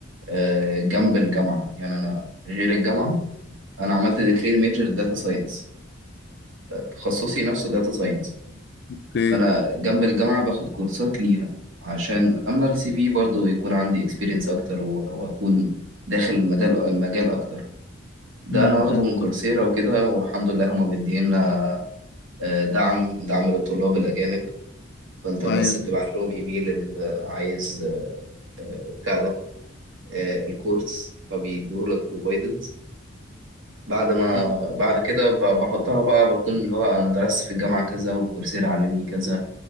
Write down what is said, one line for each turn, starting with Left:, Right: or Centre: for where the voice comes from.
Right: آه جنب الجامعة يعني انا غير الجامعة انا عملت ديكلير ميجر داتا ساينس تخصصي نفسه داتا ساينس
Left: اوكي
Right: فانا جنب الجامعه باخد كورسات ليها عشان املى السي في برضه ويكون عندي اكسبيرينس اكتر و- واكون داخل المجال المجال اكتر ده
Left: امم
Right: انا واخده
Left: أمم.
Right: من كورسيرا وكده والحمد لله هما مدينا آه، دعم دعم للطلاب الاجانب فانت بس
Left: ايوه
Right: بتبعت لهم ايميل ان انت عايز آه، بتاع ده آه، الكورس فبيدوه لك بروفايدد بعد ما
Left: امم
Right: بعد كده ب- بحطها بقى بكون اللي هو انا درست في الجامعه كذا وكورسيرا علمني كذا